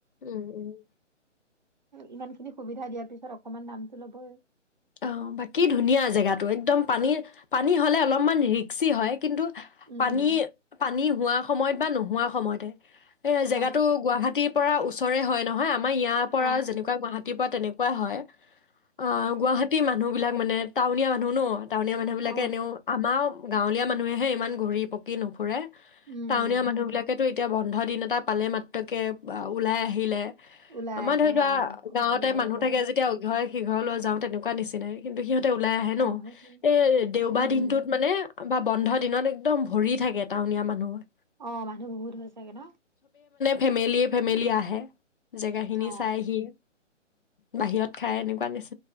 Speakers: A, on the left; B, on the right.
A: উম উম! <inaudible>
B: ইমান খিনি সুবিধা দিয়া পিছত অকমান দামটো ল'বই
A: অ' বাকী ধুনীয়া জেগাটো একদম পানী পানী হ'লে অলপমান ৰিক্সি হয় কিন্তু
B: উম
A: পানী
B: উম
A: পানী হোৱা সময়ত বা নোহোৱা সময়তে এ জেগাতো
B: অ
A: গুৱাহাটী পৰা ওচৰে হয় নহয় আমা ইয়া পৰা
B: অ
A: যেনেকুৱা গুৱাহাটী পআ তেনেকুৱা হয়, অ' গুৱাহাট মানুহ বিলাক মানে টাউনীয়া মানুহ ন টাউনীয়া মানুহ বিলাকে
B: অ
A: এনেও আমাও গাঁৱলীয়া মানুহেহে ইমান ঘূৰি পকি নুফুৰে,
B: উম
A: টাউনীয়া
B: উম
A: মানুহ বিলাকেতো এতিয়া বন্ধ দিন এটা পালে মাত্ৰকে বাওলাই আহিলে,
B: ওলাই
A: আমা
B: আহে
A: ধই লোৱা
B: অ
A: গাঁৱতে
B: ঘুৰিবলৈ
A: মানুহ
B: যায়
A: থাকে যেতিয়া উঘয়ে সিঘলেও যাওঁতে নিচিনাই কিন্তু সিহঁতে ওলাই আহে ন
B: অ সেইটোৱে
A: এ-এ দেওবা
B: উম
A: দিনটোত
B: উম
A: মানে বা বন্ধ দিনত একদম ভৰি থাকে টাউনীয়া মানুহয়ে
B: অ' মানুহ বহুত হৈ চাগে ন
A: ফেমেলিয়ে ফেমিলি আহে, জেগাখিনি
B: অ
A: চাইহি, বাহিঅত খাই এনেকুৱা নিচ